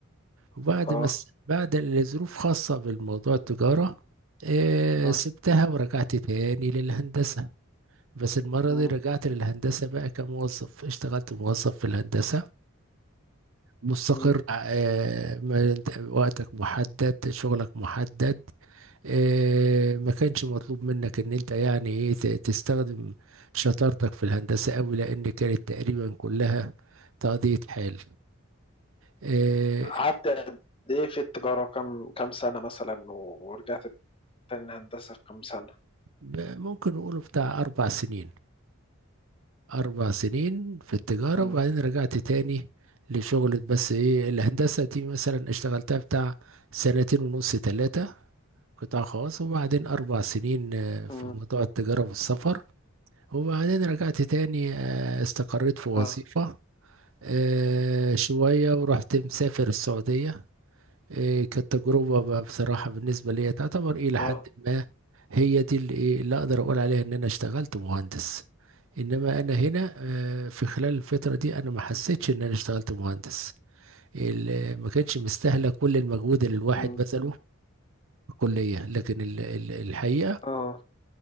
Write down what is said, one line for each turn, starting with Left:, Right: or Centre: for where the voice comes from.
Right: وبعد
Left: اه
Right: ما س- بعد الظروف خاصة بالموضوع التجارة آه،
Left: اه
Right: سبتها ورجعت تاني للهندسة بس المرة
Left: مم،
Right: دي رجعت للهندسة بقى كموظف اشتغلت موظف في الهندسة مستقر
Left: مم.
Right: آه، ما انت وقتك محدد شغلك محدد آه، ما كانش مطلوب منك ان انت يعني ايه ت- تستخدم شطارتك في الهندسة قوي لان كانت تقريبا كلها تقضية حال آه،
Left: قعدت قد ايه في التجارة كم كم سنة مثلا و- ورجعت تاني الهندسة في كم سنة
Right: ب- ممكن نقوله بتاع اربع سنين أربع سنين في التجارة
Left: مم،
Right: وبعدين رجعت تاني لشغلة بس إيه الهندسة دي مثلا اشتغلتها بتاع سنتين ونص تلاتة قطاع خاص وبعدين أربع سنين آه، في
Left: مم،
Right: موضوع التجارة والسفر وبعدين رجعت تاني آه، استقريت في وظيفة
Left: اه
Right: آه، شوية ورحت مسافر السعودية إيه، كانت تجربة بقى بصراحة بالنسبة لي تعتبر إلى حد
Left: اه
Right: ما هي دي اللي إيه اللي أقدر أقول عليها إن أنا اشتغلت مهندس إنما أنا هنا آه، في خلال الفترة دي أنا ما حسيتش إن أنا اشتغلت مهندس ال- ما كانش مستاهلة كل المجهود اللي الواحد
Left: مم،
Right: بذله في الكلية لكن ال- ال- الحقيقة
Left: اه